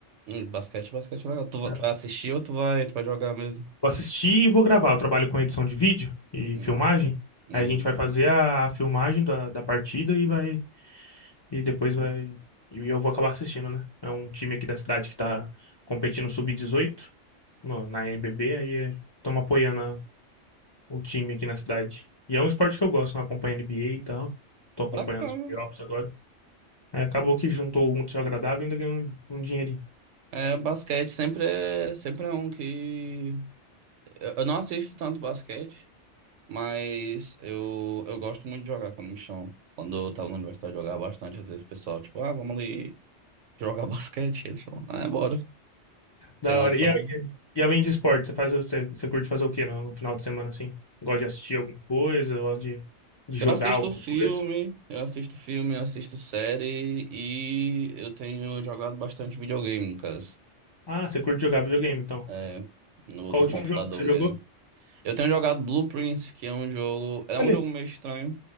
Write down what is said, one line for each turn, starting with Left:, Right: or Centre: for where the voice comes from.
Right: hum, basquete, basquete é legal. Tu, va-
Left: É.
Right: tu vai assistir ou tu vai, tu vai jogar mesmo?
Left: Vou assistir e vou gravar. Eu trabalho com edição de vídeo e
Right: Hum.
Left: filmagem.
Right: Uhum.
Left: Aí a gente vai fazer a, a filmagem da, da partida e vai E depois vai. E eu vou acabar assistindo, né? É um time aqui da cidade que tá competindo sub dezoito no- na NBB, aí é, estamos apoiando a- o time aqui na cidade. E é um esporte que eu gosto, não acompanho NBA e tal. Tô acompanhando
Right: Bacana.
Left: os playoffs agora. Aí acabou que juntou o útil agradável e ainda ganhou um, um dinheirinho.
Right: É, basquete sempre é, sempre é um que. Eu, eu não assisto tanto basquete, mas eu, eu gosto muito de jogar quando me chamam. Quando eu tava na universidade, eu jogava bastante. Às vezes o pessoal, tipo, ah, vamos ali jogar <laughs> basquete. Eles falam, ah, é, bora.
Left: Da
Right: Sem nada
Left: hora.
Right: pra
Left: E,
Right: fazer.
Left: a- e além de esporte, você faz, você, você curte fazer o quê no, no final de semana assim? Gosta de assistir alguma coisa? Gosta de, de jogar
Right: Eu assisto
Left: alguma
Right: filme,
Left: coisa?
Right: eu assisto filme, eu assisto série e eu tenho jogado bastante videogame, no caso.
Left: Ah, você curte jogar videogame, então.
Right: É, no,
Left: Qual
Right: do
Left: o último
Right: computador
Left: jogo que você
Right: mesmo.
Left: jogou?
Right: Eu tenho jogado Blueprints, que é um jogo. É um
Left: Olha,
Right: jogo meio estranho.